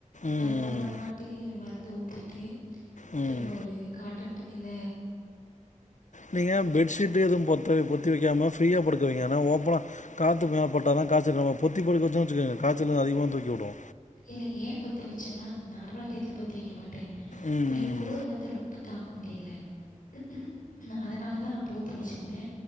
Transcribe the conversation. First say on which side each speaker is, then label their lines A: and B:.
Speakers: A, on the left; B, on the left.
A: ம்
B: அதுக்கப்புறமாட்டி மருந்து இத ஊத்திட்டு
A: ம்
B: திரும்ப ஒரு காட் ட்டந் துணில
A: நீங்க பெட்ஷீட் எதுவு பொத் பொத்தி வெக்காம ஃப்ரீயா படுக்க வைங்க ஏனா ஓப்பனா காத்து பட்டாதா காய்ச்சல் வரு பொத்தி படுக்க வெச்சோ வெச்சுக்குங்க காய்ச்சலு அதிகமா தூக்கி விடு
B: இல்ல ஏ பொத்தி வெச்சேன்னா நார்மல் டையத்துல பொத்தி வெக்க மாட்ட
A: ம்
B: பிள்ளைக்கு குளிர் வந்து ரொம்ப தாங்க முடியல ம் ஹுக்கு அதனாலதா போத்தி வெச்சுருந்தே